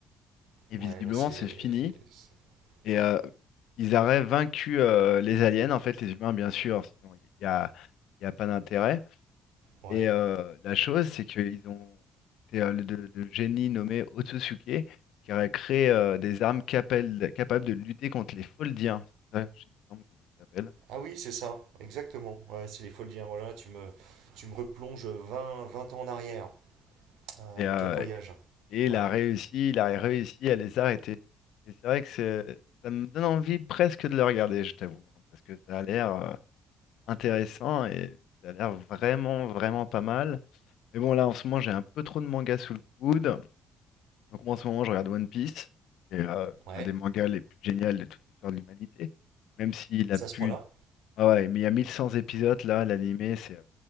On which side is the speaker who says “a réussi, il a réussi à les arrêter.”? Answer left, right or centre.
Left